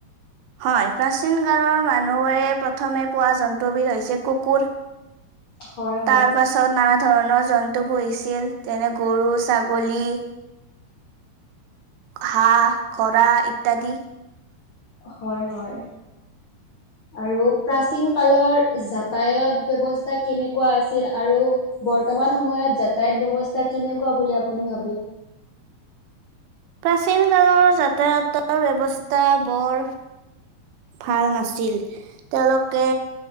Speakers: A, on the right; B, on the left.
A: হয় প্ৰাচীন কালৰ মানুহবৰে প্ৰথমে পোৱা জন্তুবিধ হৈছে কুকুৰ।
B: হয় হয়।
A: তাৰ পাছত নানাত ধৰণৰ জন্তু পুহিছিল। যেনে গৰু, ছাগলী হাঁহ, খৰা ইত্যাদি।
B: হয় হয়। আৰু প্ৰাচীন কালৰ যাতায়ত ব্যৱস্থা কেনেকুৱা আছিল আৰু বৰ্তমান সময়ত যাতায়াত ব্যৱস্থা কেনেকুৱা বুলি আপুনি ভাবে?
A: প্ৰাচীন কালৰ যাতায়তৰ ব্যৱস্থা বৰ ভাল নাছিল তেওঁলোকে